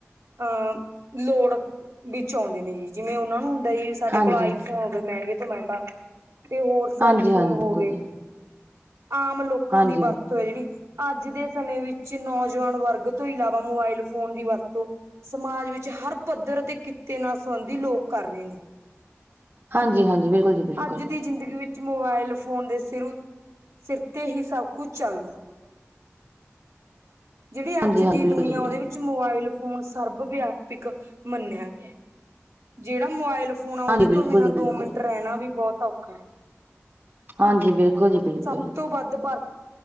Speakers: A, on the right; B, on the right.
A: ਅ ਲੋੜ ਵਿੱਚ ਆਉਂਦੇ ਨੇ ਜੀ। ਜਿਵੇਂ ਓਨਾਂ ਨੂੰ ਹੁੰਦਾ ਜੀ ਸਾਡੇ
B: ਹਾਂਜੀ
A: ਕੋਲ ਆਈਫੋਨ ਹੋਵੇ ਮੈਂਗੇ ਤੋਂ ਮੈਂਗਾ ਤੇ ਹੋਰ ਸੈਲ
B: ਹਾਂਜੀ
A: ਫੋਨ
B: ਹਾਂਜੀ ਬਿਲਕੁਲ
A: ਹੋਵੇ।
B: ਜੀ
A: ਆਮ ਲੋਕਾਂ
B: ਹਾਂਜੀ
A: ਦੀ ਬਰਤ
B: ਵੀ
A: ਤਿਹੜੀ, ਅੱਜ ਦੇ ਸਮੇਂ ਵਿੱਚ ਨੌਜਵਾਨ ਵਰਗ ਤੋਂ ਇਲਾਵਾ ਮੋਬਾਇਲ ਫੋਨ ਦੀ ਵਰਤੋਂ ਸਮਾਜ ਵਿੱਚ ਹਰ ਪੱਧਰ ਦੇ ਕਿੱਤੇ ਨਾਲ ਸੰਬੰਧੀ ਲੋਕ ਕਰ ਰਹੇ ਨੇ
B: ਹਾਂਜੀ- ਹਾਂਜੀ ਬਿਲਕੁਲ ਜੀ ਬਿਲਕੁਲ
A: ਅੱਜ ਦੀ ਜ਼ਿੰਦਗੀ ਵਿੱਚ ਮੋਬਾਇਲ ਫੋਨ ਦੇ ਸਿਰੂ, ਸਿਰ ਤੇ ਹੀ ਸਭ ਕੁਝ ਚੱਲਦਾ ਜੇੜੀ
B: ਹਾਂਜੀ
A: ਅੱਜ
B: ਹਾਂਜੀ
A: ਦੀ
B: ਬਿਲਕੁਲ
A: ਦੁਨੀਆ
B: ਜੀ ਬਿਲਕੁਲ
A: ਉਹਦੇ ਵਿੱਚ ਮੋਬਾਇਲ ਫੋਨ ਸਰਬ ਵਿਆਪਕ ਮੰਨਿਆ ਗਿਆ ਜੇੜਾ ਮੋਬਾਇਲ ਫੋਨ ਆ
B: ਹਾਂਜੀ
A: ਉਹਦੇ
B: ਬਿਲਕੁਲ
A: ਤੋਂ ਬਿਨਾ
B: ਜੀ ਬਿਲਕੁਲ
A: ਦੋ ਮਿੰਟ ਰਹਿਣਾ ਵੀ ਬਹੁਤ ਔਖਾ ਹੈ
B: ਹਾਂਜੀ ਬਿਲਕੁਲ ਜੀ ਬਿਲਕੁਲ
A: ਸਭ ਤੋਂ ਵੱਧ ਵਰ,